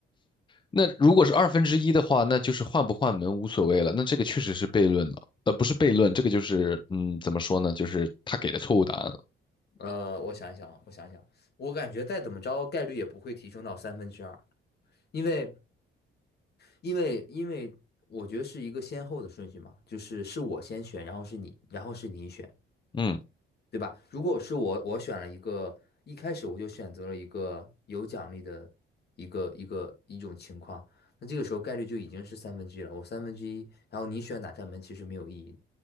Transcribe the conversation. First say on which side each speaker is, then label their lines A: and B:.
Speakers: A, on the left (about 25°); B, on the left (about 55°).
A: 那如果是二分之一的话，那就是换不换门无所谓了。那这个确实是悖论了，呃，不是悖论，这个就是嗯，怎么说呢？就是他给的错误答案了。
B: 呃，我想一想啊，我想一想，我感觉再怎么着，概率也不会提升到三分之二，因为因为因为我觉得是一个先后的顺序嘛，就是是我先选，然后是你，然后是你选。
A: 嗯
B: 对吧？如果是我，我选了一个，一开始我就选择了一个有奖励的一个一个一种情况，那这个时候概率就已经是三分之一了。我三分之一，然后你选哪扇门其实没有意义的